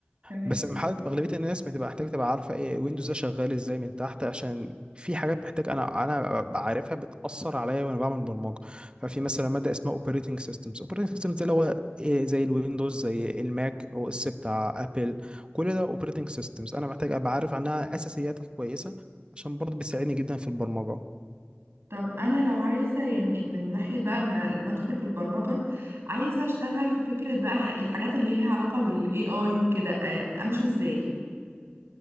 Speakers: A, on the right; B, on the right.
A: تمام
B: بس محد اغلبيه الناس بتبقى محتاج تبقى عارفه ايه ويندوز ده شغال ازاي من تحت عشان في حاجات محتاج انا انا بعرفها بتاثر عليا وانا بعمل برمجه ففي مثلا ماده اسمها اوبريتنج سيستمز اوبريتنج سيستمز ده اللي هو إيه زي الويندوز زي الماك او اس بتاع ابل كل ده اوبريتنج سيستمز انا محتاج ابقى عارف عنها اساسيات كويسه عشان برضه بيساعدني جدا في البرمجه
A: طب انا لو عايزه يعني من ناحيه بقى من لما ادخل في البرمجه عايزه اشتغل في فكره بقى ح- الحاجات اللي هي علاقه بالاي اي وكده آه، امشي ازاي